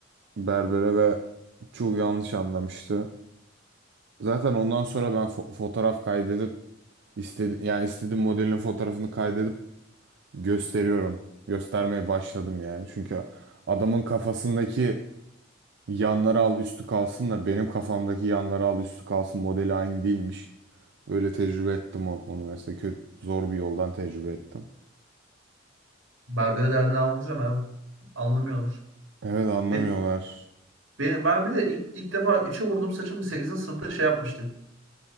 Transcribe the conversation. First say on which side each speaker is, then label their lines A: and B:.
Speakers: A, on the right; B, on the right.
A: berbere ve çok yanlış anlamıştı. Zaten ondan sonra ben fo- fotoğraf kaydedip istedi yani istediğim modelin fotoğrafını kaydedip gösteriyorum. Göstermeye başladım yani. Çünkü adamın kafasındaki yanları al üstü kalsınla benim kafamdaki yanları al üstü kalsın modeli aynı değilmiş. Öyle tecrübe ettim on- onu mesela kötü zor bir yoldan tecrübe ettim.
B: Berbere derdini anlatacağım abi. Anlamıyorlar.
A: Evet anlamıyorlar.
B: Ben, benim, ben bir de ilk, ilk defa üçe vurduğum saçımı Sekizinci sınıfta şey yapmıştık.